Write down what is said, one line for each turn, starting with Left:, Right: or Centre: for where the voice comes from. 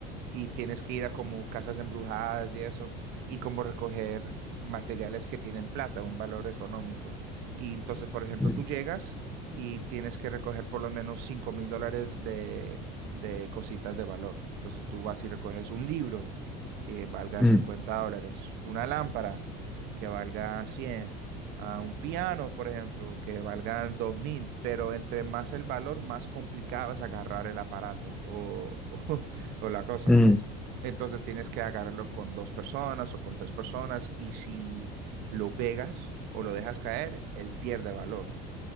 Right: y tienes que ir a como casas embrujadas y eso, y como recoger materiales que tienen plata, un valor económico. Y entonces, por ejemplo,
Centre: Mm,
Right: tú llegas y tienes que recoger por lo menos cinco mil dólares de, de cositas de valor. Entonces tú vas y recoges un libro que valga
Centre: mm,
Right: 50 dólares, una lámpara que valga 100 a un piano, por ejemplo, que valga 2.000 pero entre más el valor, más complicado es agarrar el aparato o, <laughs> o o la cosa.
Centre: mm,
Right: Entonces tienes que agarrarlo con dos personas o con tres personas y si lo pegas o lo dejas caer, él pierde valor.